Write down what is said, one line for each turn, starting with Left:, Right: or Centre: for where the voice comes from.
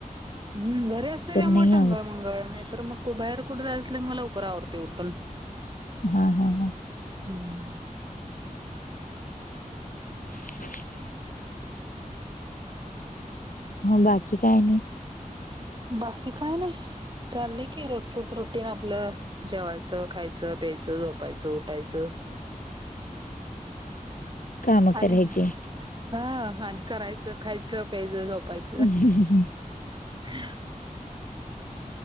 Right: हम् घरी असतोय त्यामुळे
Left: नाही
Right: टंगळ
Left: आवरत
Right: मंगळ नाही तर मग कु बाहेर कुठ जायच असल कि मग लवकर आवरतोय उठून.
Left: हा हा हा
Right: हम्म
Left: चिड कड बाकी काय नाही?
Right: बाकी काय नाही चाललंय की रोजचच रुटीन आपलं. जेवायचं खायचं प्यायचं झोपायचं उठायचं?
Left: कामं
Right: आणि
Left: करायची
Right: हा, आणि करायचं खायचं प्यायचं झोपायचं
Left: हहहहहं.
Right: <unintelligible>